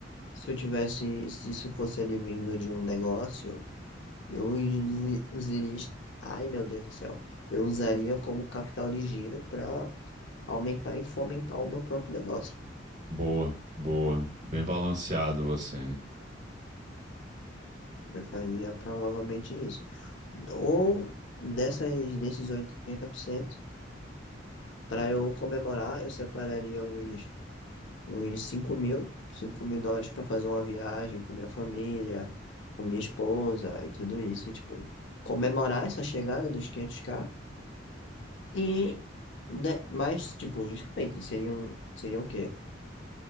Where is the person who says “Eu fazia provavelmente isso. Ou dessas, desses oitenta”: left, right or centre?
Left